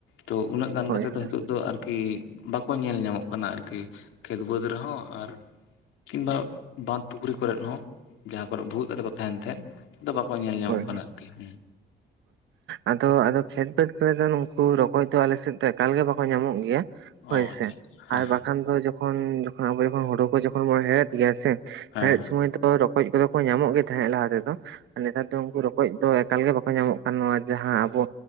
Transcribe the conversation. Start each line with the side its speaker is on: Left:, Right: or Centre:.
Left: ᱛᱚ ᱩᱱᱟᱹᱜ ᱜᱟᱱ
Right: ᱦᱳᱭ
Left: ᱠᱟᱛᱮ ᱫᱚ
Right: ᱦᱳᱭ
Left: ᱱᱤᱛᱚᱜ ᱫᱚ ᱟᱨᱠᱤ ᱵᱟᱠᱚ ᱧᱮᱞ ᱧᱟᱢᱚᱜ ᱠᱟᱱᱟ ᱚᱱᱟ ᱟᱨᱠᱤ ᱠᱷᱮᱛ ᱵᱟᱹᱫᱽ ᱨᱮᱦᱚᱸ ᱟᱨ ᱠᱤᱱᱵᱟ ᱵᱟᱸᱫ ᱯᱩᱠᱷᱨᱤ ᱠᱚᱨᱮ ᱦᱚᱸ ᱡᱟᱦᱟᱸ ᱠᱚᱨᱮ ᱵᱷᱩᱜᱟ. ᱟᱛᱮᱫ ᱠᱚ ᱛᱟᱦᱮᱸᱱ ᱛᱟᱦᱮᱸᱫ ᱱᱤᱛᱚᱜ ᱟᱫᱚ ᱵᱟᱠᱚ ᱧᱮᱞ
Right: ᱦᱳᱭ
Left: ᱧᱟᱢᱚᱜ ᱠᱟᱱᱟ
Right: ᱦᱳᱭ
Left: ᱟᱨᱠᱤ ᱾
Right: ᱟᱫᱚ ᱟᱫᱚ ᱠᱷᱮᱛ ᱵᱟᱹᱫᱽ ᱠᱚᱨᱮ ᱫᱚ ᱱᱩᱝᱠᱩ ᱨᱚᱠᱚᱡ ᱫᱚ ᱮᱠᱟᱞ ᱜᱮ ᱵᱟᱠᱚ ᱧᱟᱢᱚᱜ- ᱜᱮᱭᱟ ᱾ ᱦᱳᱭ
Left: ᱚ ᱟᱪᱪᱷᱟ
Right: ᱥᱮ
Left: ᱦᱮᱸ
Right: ᱟᱨ ᱵᱟᱠᱷᱟᱱ ᱫᱚ ᱡᱚᱠᱷᱚᱱ ᱟᱵᱚ ᱡᱚᱠᱷᱚᱱ ᱟᱵᱳ ᱠᱚ ᱡᱚᱠᱷᱚᱱ ᱵᱚᱱ ᱦᱮᱲᱦᱮᱫ ᱜᱮᱭᱟ ᱥᱮ
Left: ᱦᱮᱸ
Right: ᱦᱮᱲᱮᱫ
Left: ᱦᱮᱸ
Right: ᱥᱚᱢᱚᱭ ᱫᱚ ᱨᱚᱠᱚᱡ ᱠᱚᱫᱚ ᱠᱚ ᱧᱟᱢᱚᱜ ᱜᱮ ᱛᱟᱦᱮᱸᱫ ᱞᱟᱦᱟ ᱛᱮᱫᱚ ᱾ ᱱᱮᱛᱟᱨ ᱫᱚ ᱩᱱᱠᱩ ᱨᱚᱠᱚᱡ ᱫᱚ ᱮᱠᱟᱞ ᱜᱮ ᱵᱟᱠᱚ ᱧᱟᱢᱚᱜ ᱠᱟᱱᱟ ᱡᱟᱦᱟᱸ ᱟᱵᱚ